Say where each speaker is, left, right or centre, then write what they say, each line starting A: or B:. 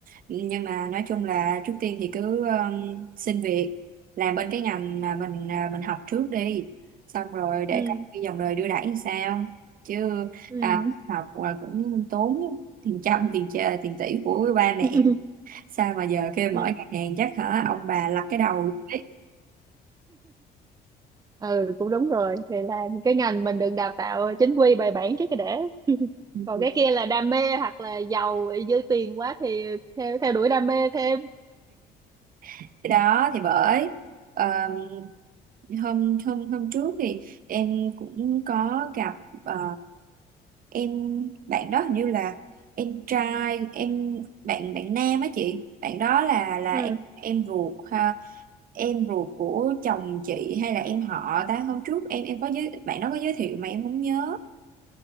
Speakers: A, on the right; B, on the right.
A: nhưng mà nói chung là trước tiên thì cứ um, xin việc làm bên cái ngành mà mình à, mình học trước đi, xong rồi để
B: ừ
A: coi cái dòng đời đưa đẩy như sao. Chứ
B: ừ
A: à, học là cũng tốn tiền trăm tiền chè, tiền tỷ của ba mẹ.
B: <laughs>
A: Sao mà giờ kêu mở
B: ừ
A: ngân hàng chắc hả ông bà lắc cái đầu đấy.
B: ừ cũng đúng rồi thì là cái ngành mình đừng đào tạo chính quy bài bản trước cái để <laughs>
A: <laughs>
B: còn cái kia là đam mê hoặc là giàu dư tiền quá thì theo theo đuổi đam mê thêm
A: Cái đó thì bởi um, hôm hôm hôm trước thì em cũng có gặp ờ, em bạn đó hình như là em trai em bạn bạn nam á chị bạn đó là là
B: ừ
A: em em ruột ha em ruột của chồng chị hay là em họ ta hôm trước em em có giới bạn đó có giới thiệu mà em không nhớ